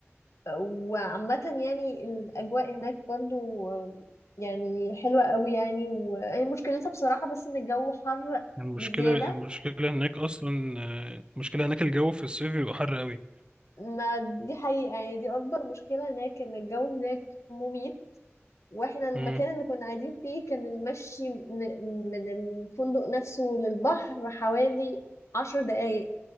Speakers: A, on the left; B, on the right.
A: وعامة يعني الأجواء هناك برضه أم، يعني حلوة قوي يعني وهي مشكلتها بصراحة بس إن الجو حر
B: المشكله
A: بزيادة
B: المشكله هناك اصلا آه، المشكله هناك الجو في الصيف بيبقى حر قوي
A: ما دي حقيقة يعني دي أكبر مشكلة هناك إن الجو هناك مميت واحنا المكان
B: امم
A: اللي كنا قاعدين فيه كان المشي م- من الفندق نفسه للبحر حوالي عشر دقايق